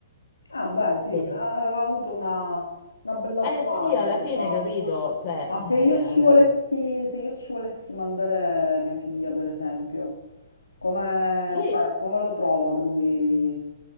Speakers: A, on the left; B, on the left.
A: Ah, beh, sì,
B: E-
A: aveva avuto una, una bella
B: eh
A: trovata,
B: sì, alla
A: diciamo.
B: fine, capito, cioè,
A: Ma se
B: eh,
A: io ci volessi,
B: eh,
A: se io ci volessi mandare mia figlia, per esempio, come,
B: lui...
A: cioè, come lo trovo a lui?